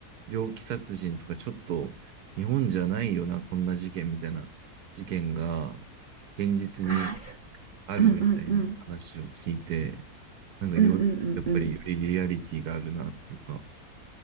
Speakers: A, on the right; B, on the right.
A: 猟奇殺人とかちょっと日本じゃないよな、こんな事件みたいな事件が現実に
B: ああす
A: あるみたいな話を聞いて、
B: うんうんうん
A: なんかよ、
B: うんうんうんうん
A: やっぱりよりリアリティがあるなっていうか、